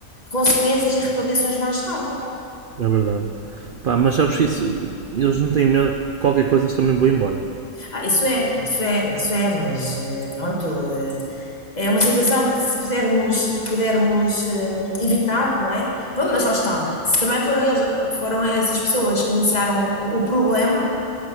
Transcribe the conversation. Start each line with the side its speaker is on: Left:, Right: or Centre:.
Left: consequências e retaliações mais tarde.
Right: é verdade. Pá, mas sabes que isso, eles não têm medo porque qualquer coisa eles também vão embora.
Left: Ah, isso é, isso é, isso é, mas eh, pronto. eh, É uma situação que se pudermos, pudermos hum, evitar, não é? Pronto, mas lá está. Se também foram eles, foram essas pessoas que iniciaram o, o problema,